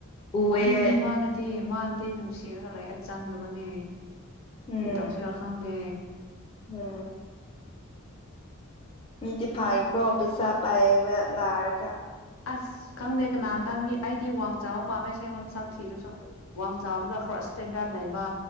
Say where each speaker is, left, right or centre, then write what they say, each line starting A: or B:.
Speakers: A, on the left (about 25°); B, on the left (about 65°).
A: ꯎꯑꯦ
B: ꯑꯗꯨꯅꯦ ꯃꯥꯅꯗꯤ ꯃꯥꯗꯤ ꯅꯨꯡꯁꯤꯔꯒ ꯂꯩ ꯑꯩ ꯆꯪꯗꯕꯅꯦ
A: ꯎꯝ
B: ꯀꯔꯤ ꯇꯧꯁꯤꯔꯥ ꯈꯪꯗꯦ
A: ꯎꯝ ꯏꯗꯤ ꯐꯥꯏꯀꯣ ꯄꯩꯁꯥ ꯄꯥꯏꯕ ꯂꯥꯔꯀ
B: ꯑꯁ ꯈꯪꯗꯦ ꯀꯅꯥꯅꯇ ꯃꯤ ꯑꯩꯗꯤ ꯋꯥꯡ ꯆꯥꯕ ꯄꯥꯝꯃꯦ ꯁꯦꯡꯕꯣꯝ ꯁꯛ ꯊꯤꯔꯨꯁꯨ ꯋꯥꯡ ꯆꯥꯎꯔꯒ ꯀ꯭ꯔꯣꯁ ꯏꯁꯇꯦꯟꯗꯔꯠ ꯂꯩꯕ